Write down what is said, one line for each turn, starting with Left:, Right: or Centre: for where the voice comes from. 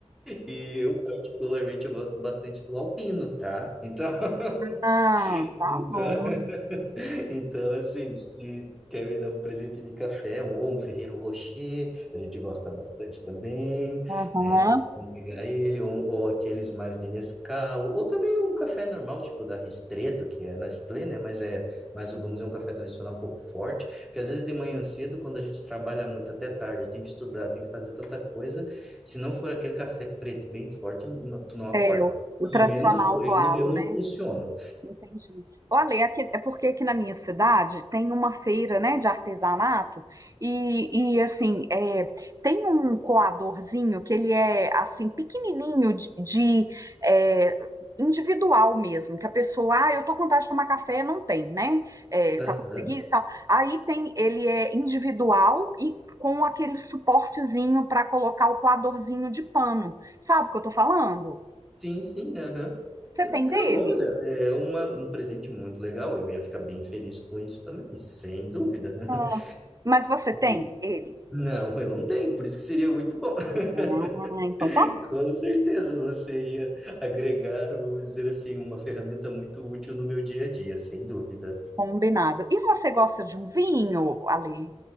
Centre: E eu, particularmente, eu gosto bastante do Alpino, tá? Então, <laughs>
Right: ah, tá
Centre: Então,
Right: bom.
Centre: <laughs> então assim, se quer me dar um presente de café, um, ou um Ferreiro Rocher, a gente gosta bastante também,
Right: Aham.
Centre: né? Vamos pegar ele, ou, um, ou aqueles mais de Nescau, ou também um café normal, tipo da Ristretto, que é Nestlé, né? Mas é, mas vamos dizer, um café tradicional um pouco forte, porque às vezes de manhã cedo, quando a gente trabalha muito até tarde, tem que estudar, tem que fazer tanta coisa, se não for aquele café preto bem forte, tu não acorda.
Right: É, o, o tradicional
Centre: Pelo menos eu,
Right: coado,
Centre: eu, não- eu não
Right: né?
Centre: funciono.
Right: Entendi. Olha, é aqui- é porque aqui na minha cidade tem uma feira, né, de artesanato e, e assim, é, tem um coadorzinho que ele é, assim, pequenininho de, de, é, individual mesmo, que a pessoa, ah, eu tô com vontade de tomar café, não tem, né, é,
Centre: Aham.
Right: tá com preguiça, aí tem, ele é individual e com aquele suportezinho para colocar o coadorzinho de pano, sabe o que eu tô falando?
Centre: Sim, sim, aham.
Right: Você
Centre: Que
Right: tem
Centre: legal,
Right: dele?
Centre: olha, é uma, um presente muito legal. Eu ia ficar bem feliz com isso também, sem dúvida. <laughs>
Right: Ah, Mas você
Centre: E-
Right: tem ele?
Centre: Não, eu não tenho, por isso que seria muito bom. <laughs>
Right: Ah, então tá
Centre: Com certeza você ia agregar, vamos dizer assim, uma ferramenta muito útil no meu dia a dia, sem dúvida.
Right: combinado. E você gosta de um vinho, Ale?